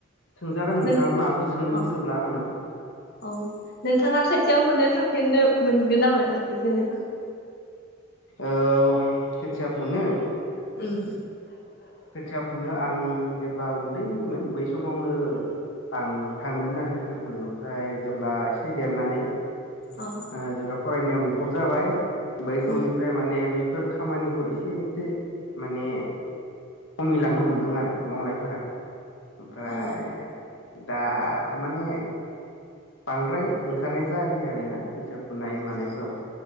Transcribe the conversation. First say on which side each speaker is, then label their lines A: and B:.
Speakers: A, on the left (about 70°); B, on the left (about 50°).
A: सोंजागोन नोंथाङाबो
B: नों
A: माबाफोर सोंनो
B: औ
A: गोसोब्ला आंनाव?
B: औ नोंथाङा खोथिया फुनो थांफेरनो मोनगोन ना मोनाखै जेनेबा?
A: औ खोथिया फुनो।
B: उम।
A: खोथिया फुनो आं जेब्ला उन्दैमोन बै समावनो आं थाङोमोन आरो खोथिया फुनो ओमफाय जेब्ला एसे देरनानै ओ
B: औ
A: जेब्ला फरायनायाव मुखुब जाबाय बै समनिफ्राय
B: उम
A: माने बै फोर खामानिखौ एसे एसे माने खमिलांनो हमदों आरो मावनायफोरा। ओमफ्राय
B: अ
A: दा माने बांद्राय ओंखारनाय जायाखै आरोना खोथिया फुनाय मानायफ्राव
B: अ